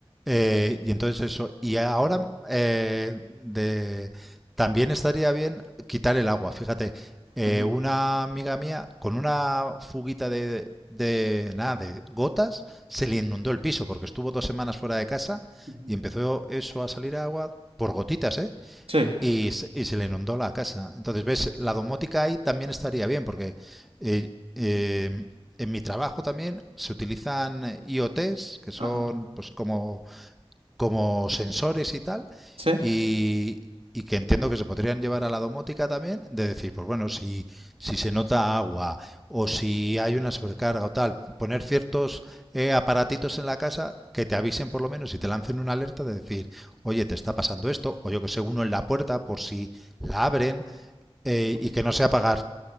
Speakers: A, in the centre; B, on the right (about 75°).
A: Eh, y entonces eso, y ahora eh, de, también estaría bien quitar el agua, fíjate, eh,
B: Ujú,
A: una amiga mía con una fuguita de, de nada, de gotas, se le inundó el piso porque estuvo dos semanas fuera de casa
B: ujú.
A: y empezó eso a salir agua por gotitas, ¿eh?
B: Sí,
A: y se, y se le inundó la casa. Entonces, ves, la domótica ahí también estaría bien, porque eh, eh, en mi trabajo también se utilizan IoTs, que son
B: ajá,
A: pues como como sensores y tal,
B: sí.
A: y, y que entiendo que se podrían llevar a la domótica también, de decir, pues bueno, si, si se nota agua o si hay una sobrecarga o tal, poner ciertos eh, aparatitos en la casa que te avisen por lo menos y te lancen una alerta de decir, oye, te está pasando esto, o yo que sé, uno en la puerta por si la abren eh,
B: ujú,
A: y que no sea pagar